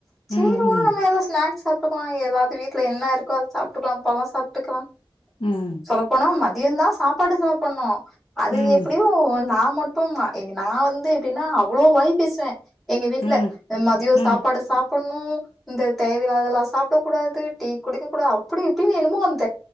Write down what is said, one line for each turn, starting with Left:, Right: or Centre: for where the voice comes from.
Centre: சேரி
Left: ம்
Centre: உடு
Left: ம்
Centre: நம்ம எதா ஸ்னாக்ஸ் சாப் டுக்லா எதாவுது வீட்ல என்ன இருக்கோ அத சாப்ட்டுக்லா பழ சாப்ட்டுக்கலா
Left: ம்
Centre: சொல்ல போனா ம தியந்தா சாப்பாடு சாப்படணு அது
Left: ம்
Centre: எப்டியோ நா மட் அப்ப ம நான் வந்து எப்படின்னா அவ்ளோ வாய் பேசுவேன் எங்க வீட்டுல
Left: ம்
Centre: மதியோ
Left: ம்
Centre: சாப்பாடு சாப் பண்ணும் இந்த தேவையில்லாதெல்லா சாப்ட கூடாது டீ குடிக்க கூடா அப்படி இப்படினு என்னமோ வந்து